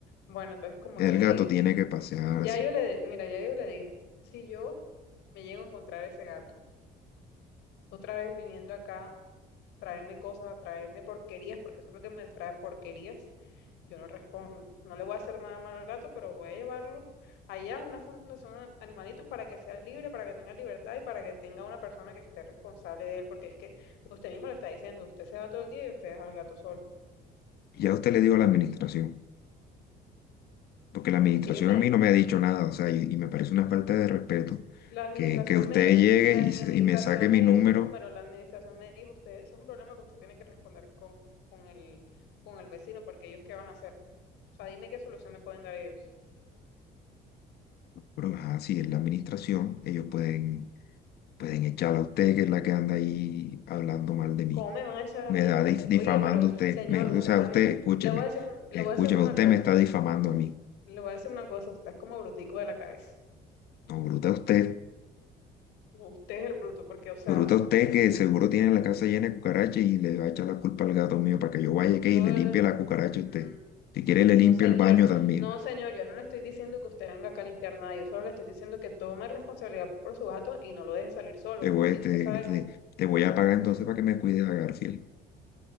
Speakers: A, on the left; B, on the left.
A: Bueno, entonces como
B: El
A: ya le
B: gato
A: dije,
B: tiene que pasearse.
A: ya yo le, de- mira, ya yo le dije, si yo me llego a encontrar ese gato, otra vez viniendo acá traerme cosas, traerme porquerías, porque eso es lo que me trae porquerías, yo no respondo. No le voy a hacer nada malo al gato, pero voy a llevarlo allá a una fundación de animalitos para que sea libre, para que tenga libertad y para que tenga una persona que esté responsable de él, porque es que usted mismo lo está diciendo, usted se va todo el día y usted deja al gato solo.
B: Ya usted le digo a la administración. porque la administración
A: Ellos me,
B: a mí no me ha dicho nada, o sea, y, y me parece una falta de respeto
A: la administración
B: que, que usted
A: me,
B: llegue
A: la
B: y,
A: administración
B: se- y me saque
A: me
B: mi
A: dio
B: número,
A: su número, la administración me dijo, usted, eso es un problema que usted tiene que responder con, con el, con el vecino, porque ellos qué van a hacer. O sea, dime qué solución me pueden dar ellos.
B: pero ajá, si es la administración, ellos pueden, pueden echarla a usted, que es la que anda ahí hablando mal de mí.
A: ¿Cómo me van a echar a
B: Me
A: mí
B: da
A: usted?
B: dif- difamando
A: Oiga, pero
B: usted,
A: señor,
B: me-
A: usted
B: o sea,
A: también.
B: usted, escúcheme,
A: Le voy a decir, un- le
B: escúcheme,
A: voy a hacer una
B: usted
A: cosa.
B: me está difamando a mí.
A: Le voy a decir una cosa. Usted es como brutico de la cabeza.
B: No, bruta usted,
A: No, Usted es el bruto, porque, o sea,
B: bruta usted que seguro tiene la casa llena de cucarachas y le va a echar la culpa al gato mío para que yo vaya
A: yo.
B: que y le limpie
A: le-
B: la cucaracha a
A: mm,
B: usted. Si quiere, le limpio
A: no, señor.
B: el baño también.
A: No, señor, yo no le estoy diciendo que usted venga acá a limpiar nada. Yo solo le estoy diciendo que tome responsabilidad por su gato y no lo deje salir solo.
B: Te voy,
A: Sí,
B: te,
A: usted sabe
B: te-
A: que.
B: te voy a pagar entonces para que me cuides a Garfield.